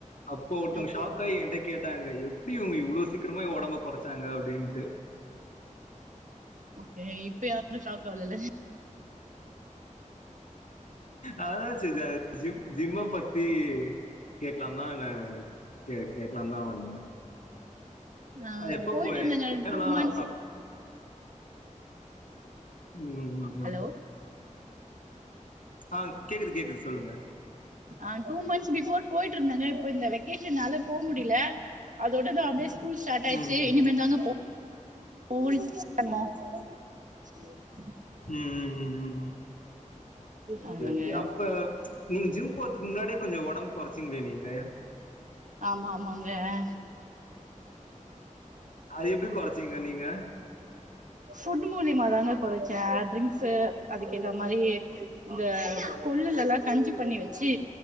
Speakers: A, on the left; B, on the right.
A: அப்ப ஒருத்தவங்க
B: ஓகே
A: ஷாக் ஆகி என்ட கேட்டாங்க எப்டி இவங்க இவ்வளவு சீக்கிரமா உடம்பு குறைச்சாங்க அப்டின்ட்டு
B: ஓகே இப்ப யாரும் ஷாக்கு ஆவலலே
A: அ <unintelligible> ஜிம் ஜிம்மை பத்தி கேக்கலாம்னா என்ன கே கேக்லாம்னு தா வந்தே
B: ஆ
A: அது எப்ப
B: போயிட்டு
A: போய
B: இருந்தேங்க
A: என்னனா
B: டூ மந்த்ஸ்
A: <inaudible> உம் உம்
B: ஹலோ
A: ஆ கேக்குது கேக்குது சொல்லுங்க
B: ஆ டூ மந்த்ஸ் பிஃபோர் போயிட்டு இருந்தேங்க இப்ப இந்த வெக்கேஷனால போக முடியல அதோட தா அப்டியே ஸ்கூல் ஸ்டார்ட் ஆயிச்சு
A: ம் ம்
B: இனிமேதாங்க போ <inaudible>
A: ம் உம் உம் உம் ஓகே
B: அதுதாங்க
A: ஓகே அப்ப நீங்க ஜிம் போறதுக்கு முன்னாடியே கொஞ்சோ உடம்பு குறைச்சிங்களே நீங்க
B: ஆமா ஆமாங்க அ
A: அது எப்டி குறைச்சிங்க நீங்க
B: ஃபுட் மூலியமாதாங்க குறைச்சே ட்ரிங்க்ஸு அதுக்கு ஏத்த மாதிரி இந்த கொள்ளுல எல்லாம் கஞ்சி பண்ணி வச்சு